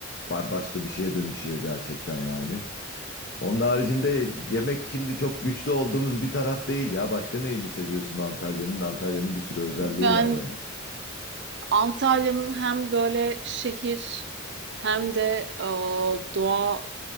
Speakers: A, on the left; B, on the right.
A: ba- başka bir şeye dönüşüyor gerçekten yani. Onun haricinde yemek şimdi çok güçlü olduğumuz bir taraf değil ya. Başka neyini seviyorsun Antalya'nın? Antalya'nın bir sürü özelliği
B: Ben
A: var yani.
B: Antalya'nın hem böyle şehir hem de e, doğa